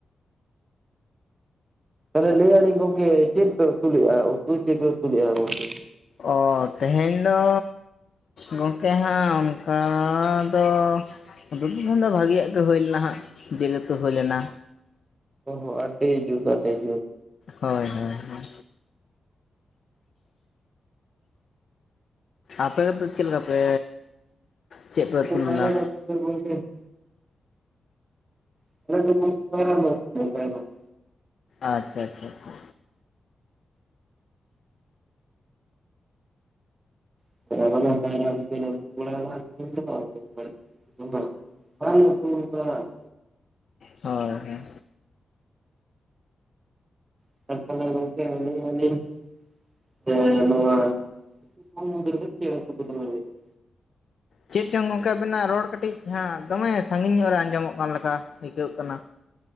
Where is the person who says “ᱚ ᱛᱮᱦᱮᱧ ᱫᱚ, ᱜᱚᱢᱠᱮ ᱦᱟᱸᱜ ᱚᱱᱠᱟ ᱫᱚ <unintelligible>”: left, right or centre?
Left